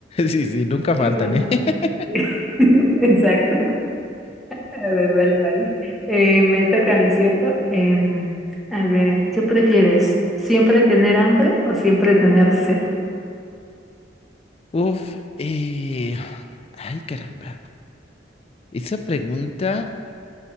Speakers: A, on the left; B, in the centre.
A: Sí, sí, nunca faltan,
B: Sí, no, no.
A: ¿eh? <laughs>
B: <laughs> Exacto. A ver, vale, vale. Eh, me toca a mí, ¿cierto? Em, a ver, ¿qué prefieres? ¿Siempre tener hambre o siempre tener sed?
A: Uf, eh, ay caramba. Esa pregunta...